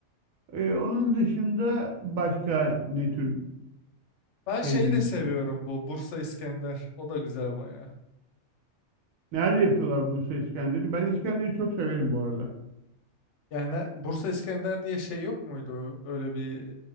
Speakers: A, on the right; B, on the left.
A: Ee, onun dışında başka ne tür
B: Ben
A: sevdiğim
B: şeyi de seviyorum
A: bir şey var?
B: bu Bursa İskender. O da güzel bayağı.
A: Nerede yapıyorlar Bursa İskender'i? Ben İskender'i çok severim bu arada.
B: Yani Bursa İskender diye şey yok muydu? Öyle bir